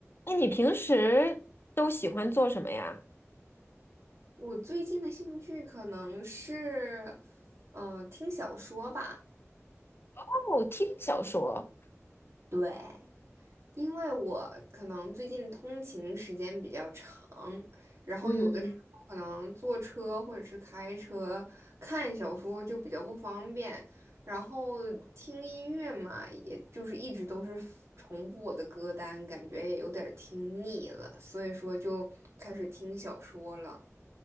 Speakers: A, on the left (about 50°); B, on the right (about 65°).
A: 那你平时都喜欢做什么呀？
B: 我最近的兴趣可能是，嗯、听小说吧。
A: 哦，听小说，
B: 对，因为我可能最近通勤时间比较长，然后有的时候可能坐车或者是开车看小说就比较不方便，
A: 嗯，
B: 然后听音乐嘛，也就是一直都是重复我的歌单，感觉也有点儿听腻了，所以说就开始听小说了。